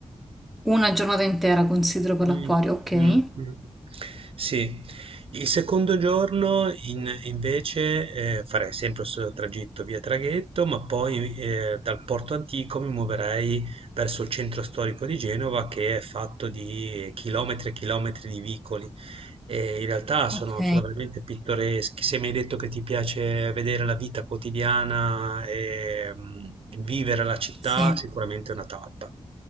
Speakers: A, in the centre; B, on the right (about 55°).
A: una giornata intera considero per
B: Mh,
A: l'acquario, ok?
B: mh, mh. Sì, il secondo giorno in invece, ehm, farei sempre lo stesso tragitto via traghetto, ma poi, ehm, dal porto antico mi muoverei verso il centro storico di Genova che è fatto di chilometri e chilometri di vicoli. E in realtà sono
A: Ok,
B: sono veramente pittoreschi. Se mi hai detto che ti piace vedere la vita quotidiana e, mhmm, vivere la città,
A: sì.
B: sicuramente è una tappa.